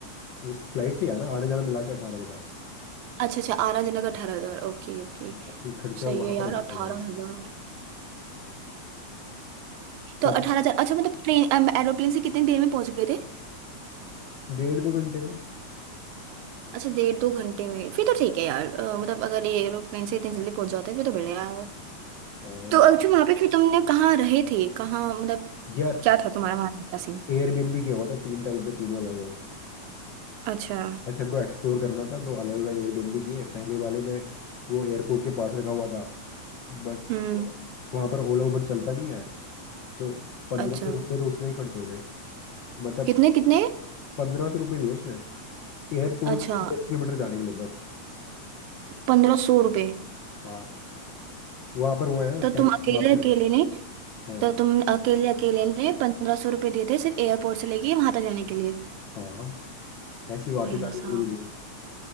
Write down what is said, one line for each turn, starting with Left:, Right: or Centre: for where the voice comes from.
Left: उस फ्लाइट से आना आने जाना मिला के अठारह बता रहे
Right: अच्छा अच्छा आरा जनक अठारह हजार ओके
Left: हो।
Right: ओके
Left: बाकी खर्चा
Right: सही
Left: वहां
Right: है यार
Left: पर अठारह
Right: अठारह
Left: हजार
Right: हजार तो
Left: सब
Right: अठारह हजार अच्छा मतलब ट्रेन एरोप्लेन से कितनी देर में पहुंच गए थे
Left: डेढ़ दो घंटे में
Right: अच्छा डेढ़ दो घंटे में फिर तो ठीक है यार अ, मतलब अगर ये एरोप्लेन से इतनी जल्दी पहुंच जाते हैं फिर तो बढ़िया है
Left: हाँ
Right: तो अच्छा वहां पे फिर तुमने कहाँ रहे थे कहाँ मतलब
Left: यार
Right: क्या था तुम्हारा वहां का सीन
Left: एयरबीएनबी किया हुआ था तीन टाइम पे तीनों अलग अलग
Right: अच्छा
Left: ऐसे हमको एक्सप्लोर करना था तो अलग अलग एयरबीएनबी किए पहले वाले में वो एयरपोर्ट के पास रखा हुआ था बट
Right: हम्म
Left: वहां पर ओला उबर चलता नहीं है तो पंद्रह
Right: अच्छा
Left: सौ रुपये तो उसमें ही खर्च हो गए मतलब
Right: कितने कितने
Left: पंद्रह सौ रुपये लिए उसने एयरपोर्ट
Right: अच्छा
Left: से दस किलोमीटर जाने के लिए बस
Right: पंद्रह सौ रुपये
Left: हाँ वहाँ पर वो है ना
Right: तो
Left: टैक्सी
Right: तुम अकेले
Left: माफिया
Right: अकेले
Left: है
Right: ने
Left: हाँ
Right: तो तुम अकेले अकेले ने पंद्रह सौ रुपये दिए थे सिर्फ एयरपोर्ट से लेके वहां तक जाने के लिए
Left: हाँ ऐसी वापस
Right: भैया
Left: आने के
Right: साहब
Left: लिए भी लिए